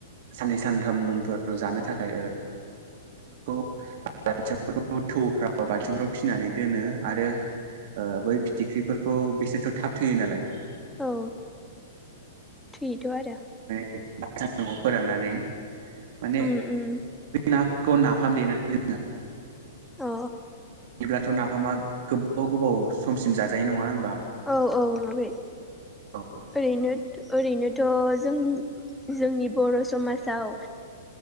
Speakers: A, on the right; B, in the centre.
A: साननै सानथाम उनफोराव जानो थाखाय ओ <unintelligible> थौफ्राव बालथिंफ्राव फिनानै दोनो आरो बै फिथिख्रिफोरखौ बिसोरथ' थाब थैयो नालाय
B: औ थैयोथ' आरो
A: सानदुंआव फोराननानै माने
B: उम उम
A: नाफाम देनानै
B: अ
A: लेब्लाथ' ना नाफामा गोबाव गोबाव समसिम जाजायो नङा होमबा
B: औ औ आगै
A: औ
B: ओरैनो ओरैनोथ' जोंनि जोंनि बर' समाजाव